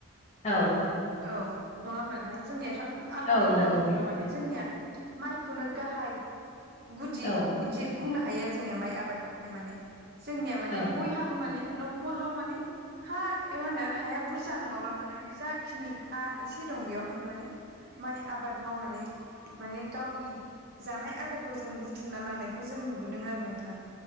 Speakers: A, on the left (about 35°); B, on the right (about 45°).
A: औ
B: औ नङा होमबा नोंथां जोंनियाथ' आबाद
A: औ
B: होनना
A: नंगौ
B: बुङला माने जोंनिया माइखौनो गाहाय गुदि
A: औ
B: बिदि बुंनो हायो आरो जोंनिया माइ आबाद खौहाय माने जोंनिया माने
A: औ
B: बयहाबो माने न'खराव माने हा मा होनो हाया बुरजा नङाब्ला माने जाखिनि हा एसे दं बेयावहायनो माने माइ आबाद मावनानै माने गावनि जानाय आदारखौ जों बुथुमना लानायखौ जों नुबोदों आरो नोंथां